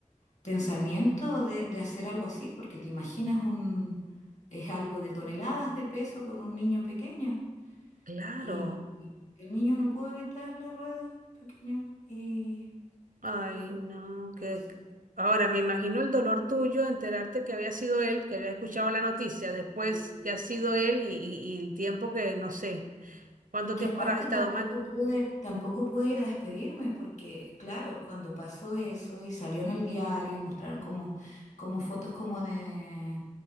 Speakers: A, on the left; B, on the right.
A: pensamiento de, de hacer algo así, porque te imaginas un, es algo de toneladas de peso con un niño pequeño.
B: Claro.
A: Y, y el niño no pudo evitar la rueda pequeño y
B: Ay,
A: ahí fue
B: no,
A: que falleció.
B: que que- ahora me imagino el dolor tuyo enterarte que había sido él, que había escuchado la noticia, después
A: Sí.
B: que ha sido él y, y- y el tiempo que no sé, cuánto
A: Y que
B: tiempo
A: aparte
B: habrás estado
A: tampoco
B: mal.
A: pude, tampoco
B: Mm.
A: pude ir a despedirme, porque claro, cuando pasó eso y salió en el diario, mostraron como, como fotos como de,